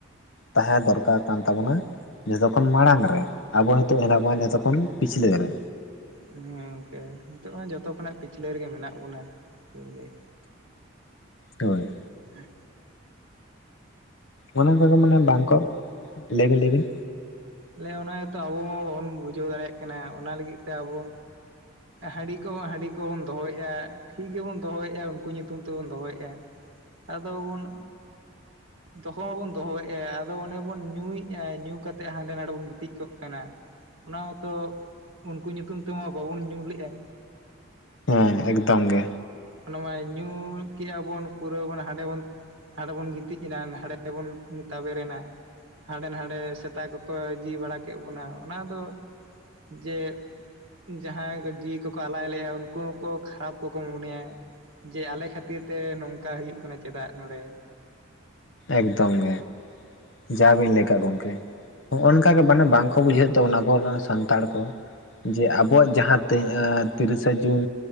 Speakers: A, on the left; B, on the right.
A: ᱛᱟᱦᱮᱸ ᱫᱚᱨᱠᱟᱨ ᱠᱟᱱ ᱛᱟᱵᱚᱱᱟ ᱡᱚᱛᱚᱠᱷᱚᱱ ᱢᱟᱲᱟᱝ ᱨᱮ ᱟᱵᱚ ᱱᱤᱛᱚᱜ ᱛᱟᱦᱮᱱᱟ ᱵᱚᱱ ᱡᱚᱛᱚᱠᱷᱚᱱ ᱯᱤᱪᱷᱞᱟ. ᱨᱮ
B: ᱦᱮᱸ ᱜᱚᱝᱠᱮ ᱱᱤᱛᱚᱜ ᱢᱟ ᱡᱚᱛᱚ ᱠᱷᱚᱱᱟᱜ ᱯᱤᱪᱷᱞᱟᱹ ᱨᱮᱜᱮ ᱢᱮᱱᱟᱜ ᱵᱚᱱᱟ ᱪᱮᱫᱵᱤᱱ ᱞᱟᱹᱭᱟ
A: ᱦᱳᱭ
B: ᱦᱮᱸ
A: ᱚᱱᱮ ᱚᱱᱠᱟᱜᱮ ᱢᱟᱱᱮ ᱵᱟᱝᱠᱚ ᱞᱟᱹᱭᱵᱤᱱ ᱞᱟᱹᱭᱵᱤᱱ
B: ᱞᱮᱭᱤᱧ ᱚᱱᱟ ᱜᱮᱛᱚ ᱟᱵᱚ ᱢᱟ ᱵᱟᱵᱚᱱ ᱵᱩᱡᱷᱟᱹᱣ ᱫᱟᱲᱮᱭᱟᱜ ᱠᱟᱱᱟ ᱚᱱᱟ ᱞᱟᱹᱜᱤᱫ ᱛᱮ ᱟᱵᱚ ᱦᱟᱺᱰᱤ ᱠᱚ ᱢᱟ ᱦᱟᱺᱰᱤ ᱠᱚᱵᱚᱱ ᱫᱚᱦᱚᱭᱮᱫᱼᱟ, ᱴᱷᱤᱠ ᱜᱮᱵᱚᱱ ᱫᱚᱦᱚᱭᱮᱫᱼᱟ ᱩᱱᱠᱩ ᱧᱩᱛᱩᱢ ᱛᱮᱵᱚᱱ ᱫᱚᱦᱚᱭᱮᱫᱼᱟ ᱟᱫᱚ ᱵᱚᱱ ᱦᱚᱸ ᱵᱚᱱ ᱫᱚᱦᱚᱭᱮᱜᱼᱟ ᱟᱫᱚ ᱚᱱᱮ ᱵᱚᱱ ᱧᱩᱭᱮᱫᱼᱟ, ᱧᱩ ᱠᱟᱛᱮᱫ ᱦᱟᱸᱰᱮ ᱱᱟᱰᱮ ᱵᱚᱱ ᱜᱤᱛᱤᱡ ᱠᱚᱜ ᱠᱟᱱᱟ ᱚᱱᱟ ᱢᱟᱛᱚ ᱩᱱᱠᱩ ᱧᱩᱛᱩᱢ ᱛᱮᱢᱟ ᱵᱟᱵᱚᱱ ᱧᱩ ᱞᱮᱫᱼᱟ
A: ᱦᱮᱸ ᱮᱠᱫᱚᱢ ᱜᱮ
B: ᱚᱱᱟ ᱢᱟ ᱧᱩ ᱠᱮᱜ ᱟ ᱵᱚᱱ ᱯᱩᱨᱟᱹ ᱵᱚᱱ ᱦᱟᱸᱰᱮ ᱵᱚᱱ ᱦᱟᱸᱰᱮ ᱵᱚᱱ ᱜᱤᱛᱤᱡ ᱮᱱᱟ ᱱᱟᱸᱰᱮ ᱵᱚᱱ ᱛᱟᱵᱮᱨ ᱮᱱᱟ ᱦᱟᱸᱰᱮ ᱱᱷᱟᱰᱮ ᱥᱮᱛᱟ ᱠᱚᱠᱚ ᱡᱤ ᱵᱟᱲᱟ ᱠᱮᱫ ᱵᱚᱱᱟ ᱚᱱᱟ ᱫᱚ ᱡᱮ ᱡᱟᱦᱟᱸᱭ ᱠᱚ ᱡᱤᱣᱤ ᱠᱚᱠᱚ ᱟᱞᱟᱭ ᱞᱮᱭᱟ ᱩᱱᱠᱩ ᱦᱚᱸ ᱠᱚ ᱠᱷᱟᱨᱟᱯ ᱠᱚᱠᱚ ᱢᱚᱱᱮᱭᱟ ᱡᱮ ᱟᱞᱮ ᱠᱷᱟᱹᱛᱤᱨ ᱛᱮ ᱱᱚᱝᱠᱟ ᱦᱩᱭᱩᱜ ᱠᱟᱱᱟ ᱪᱮᱫᱟᱜ ᱱᱚᱰᱮ
A: ᱮᱠᱫᱚᱢ ᱜᱮ ᱡᱟᱵᱤᱱ ᱞᱟᱹᱭ ᱠᱟᱜ ᱜᱚᱢᱠᱮ ᱱᱚᱜᱚ ᱱᱚᱝᱠᱟ ᱜᱮ ᱢᱟᱱᱮ ᱵᱟᱝᱠᱚ ᱵᱩᱡᱷᱟᱹᱣᱮᱫ ᱛᱟᱵᱚᱱᱟ ᱟᱵᱚᱨᱮᱱ ᱥᱟᱱᱛᱟᱲ ᱠᱚ ᱡᱮ ᱟᱵᱚᱣᱟᱜ
B: ᱦᱮᱸ
A: ᱡᱟᱦᱟᱸ ᱛᱤᱭᱦᱟ. ᱜ ᱛᱤᱨᱤᱥᱟ ᱡᱩᱱ